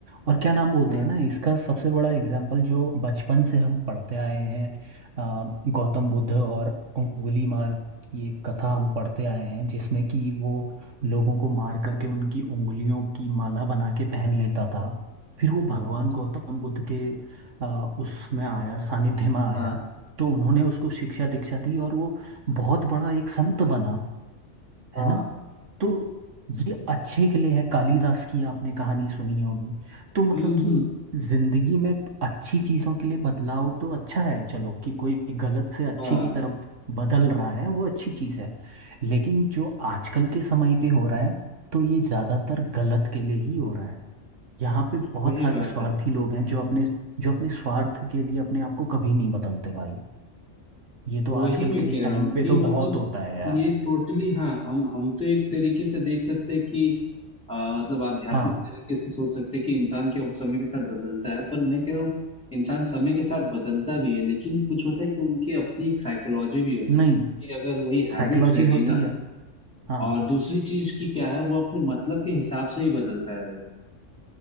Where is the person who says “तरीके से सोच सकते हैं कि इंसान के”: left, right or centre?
Centre